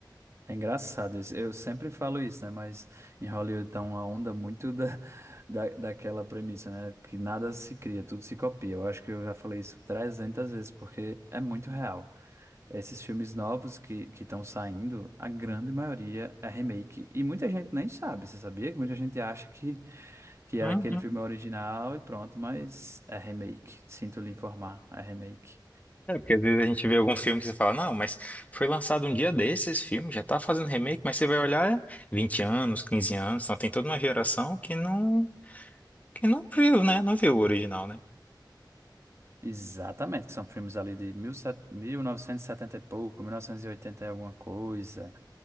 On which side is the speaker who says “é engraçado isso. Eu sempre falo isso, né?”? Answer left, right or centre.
Right